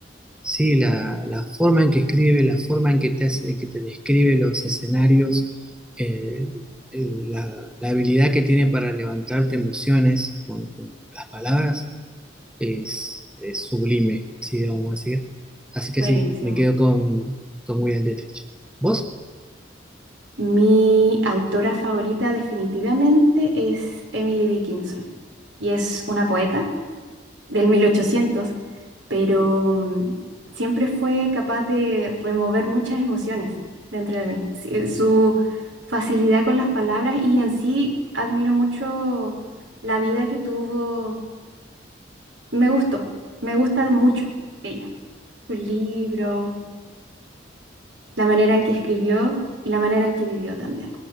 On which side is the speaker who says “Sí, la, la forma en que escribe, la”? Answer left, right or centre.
Centre